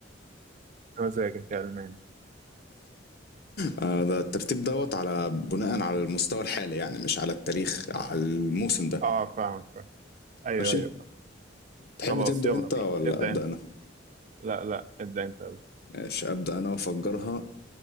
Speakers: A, on the right; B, on the left.
A: مزاجك يا الماني
B: آه، ده الترتيب دوت على بناء على المستوى الحالي يعني مش على التاريخ على الموسم ده
A: اه فاهم فاهم ايوه
B: ماشي
A: ايوه فاهم.
B: تحب
A: خلاص
B: تبدأ
A: يلا
B: انت
A: بينا
B: ولا
A: ابدا
B: أبدأ
A: انت
B: انا
A: لا لا ابدا انت يلا
B: ماشي أبدأ انا وافجرها